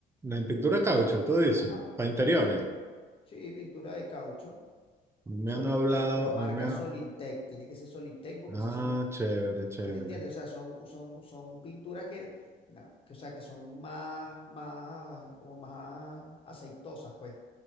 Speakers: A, on the right; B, on the left.
A: La pintura
B: Pintura,
A: de caucho, tú dices,
B: ajá,
A: para interiores.
B: sí, pin- sí, pintura de caucho.
A: Me
B: Solintec,
A: han hablado,
B: pero marca
A: a mí me ha-
B: Solintec, tiene que ser Solintec porque
A: Ah,
B: esas son
A: chévere, chévere.
B: ¿Me entiendes? O sea, son, son, son pinturas que, no, que, o sea, que son más, más, como más aceitosas, pues.